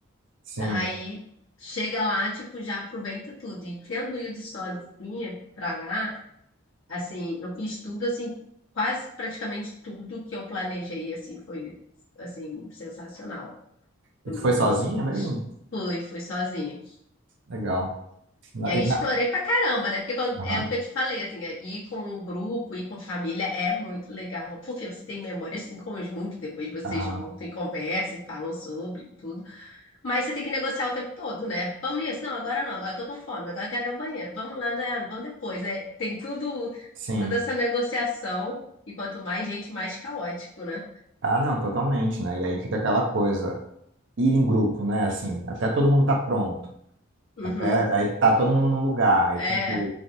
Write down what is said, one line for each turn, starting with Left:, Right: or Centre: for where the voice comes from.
Right: sim.
Left: Pra- Aí chega lá, tipo, já aproveita tudo. E tendo ido sozinha pra lá, assim, eu fiz tudo, assim, quase praticamente tudo que eu planejei, assim, foi, assim, sensacional. Foi
Right: E tu
Left: muito
Right: foi sozinha
Left: bom.
Right: mesmo?
Left: Fui, fui sozinha.
Right: Legal. Na-
Left: E aí
Right: e
Left: explorei
Right: na-
Left: pra caramba, né? Porque quando-
Right: Aham,
Left: é o que eu te falei, assim, é, ir com um grupo, ir com família é muito legal, porque você tem memórias em conjunto, depois vocês
Right: aham,
Left: voltam e conversam e falam sobre tudo. Mas você tem que negociar o tempo todo, né? Vamos nisso? Não, agora não, agora eu tô com fome, agora eu quero ir ao banheiro. Vamos lá, né? Não, Vamos depois, né? Tem tudo,
Right: sim.
Left: toda essa negociação, e quanto mais gente, mais caótico, né?
Right: Ah, não, totalmente, né? E aí fica aquela coisa, ir em grupo, né? Assim, até todo mundo tá pronto.
Left: Uhum.
Right: Até aí tá todo mundo num lugar, aí
Left: É,
Right: tem que,